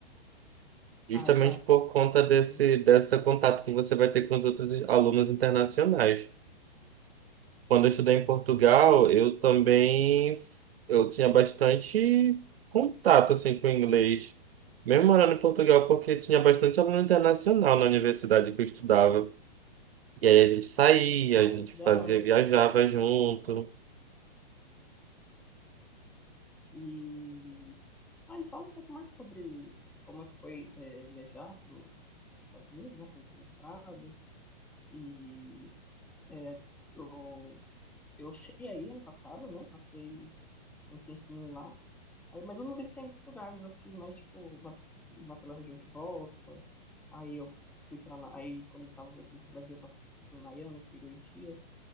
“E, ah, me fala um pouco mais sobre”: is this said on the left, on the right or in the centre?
Centre